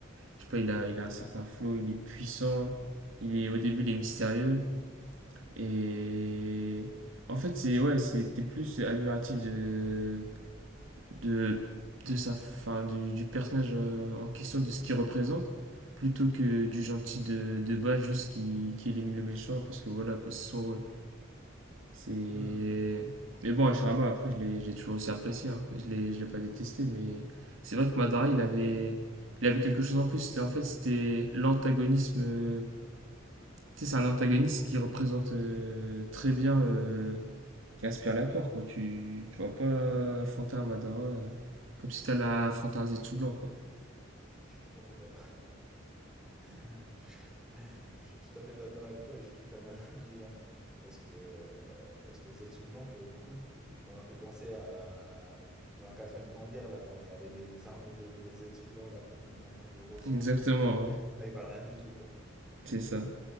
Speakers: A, on the right; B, in the centre.
A: Je sais pas, il a, il a un certain flow, il est puissant. Il est, au début, il est mystérieux. Et. En fait, c'est. Ouais, c'était plus admiratif de de, de sa, fin, du, du personnage euh, en question, de ce qu'il représente, plutôt que du gentil de, de bas juste qui, qui élimine le méchant parce que voilà, quoi, c'est son rôle. C'est.
B: Hmm,
A: Mais bon, Hashirama, après, je l'ai, j'ai toujours aussi apprécié. hein. Je l'ai, je l'ai pas détesté, mais c'est vrai que Madara, il avait, il avait quelque chose en plus. C'était, en fait, c'était l'antagonisme. euh, Tu sais, c'est un antagoniste qui représente euh, très bien euh, qui aspire la peur, quoi. Tu, tu vas pas affronter un Madara euh, comme si t'allais affronter un Zetsu blanc, quoi.
B: Je suis tout à fait d'accord. <laughs> Je suis tout à fait d'accord avec toi et je kiffe l'analogie là. Parce que, euh, parce que Zetsu Blanc, pour le coup, ça m'a fait penser à la quatrième grande guerre là, quand il y avait les armées de, des Zetsu Blanc là, que tout le monde était en train de rosser.
A: Exactement, ouais.
B: Là, ils valent rien du tout quoi.
A: C'est ça.